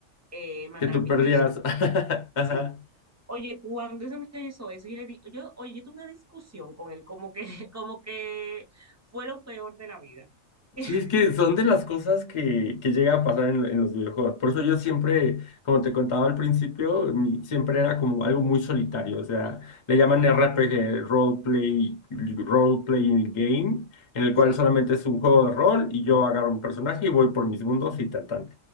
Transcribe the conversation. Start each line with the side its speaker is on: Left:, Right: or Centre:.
Right: eh, matara
Left: Que tú
Right: mi
Left: perdieras.
Right: ficha.
Left: <laughs> Ajá.
Right: Sí. Oye, cuando ese muchacho hizo eso, yo le di, yo, oye, yo tuve una discusión con él, como que, <laughs> como que fue lo peor de la vida. <laughs>
Left: Sí, es que son de las cosas que, que llega a pasar en, en los videojuegos. Por eso yo siempre,
Right: Sí,
Left: como te contaba al principio, mi- siempre era como algo muy solitario. O sea, le llaman
Right: sí,
Left: RPG, role play, role playing game, en el
Right: sí.
Left: cual solamente es un juego de rol y yo agarro un personaje y voy por mis mundos y tan tan.